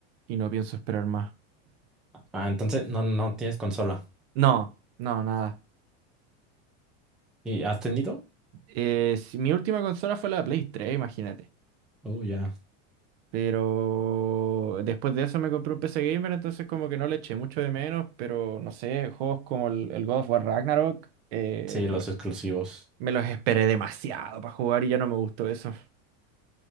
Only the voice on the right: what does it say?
y no pienso esperar más.
No, no, nada.
Eh, si- mi última consola fue la Play 3, imagínate.
Pero después de eso me compré un PC Gamer, entonces como que no le eché mucho de menos, pero no sé, juegos como el, el God of War Ragnarok, eh,
me,
me los esperé demasiado para jugar y ya no me gustó eso.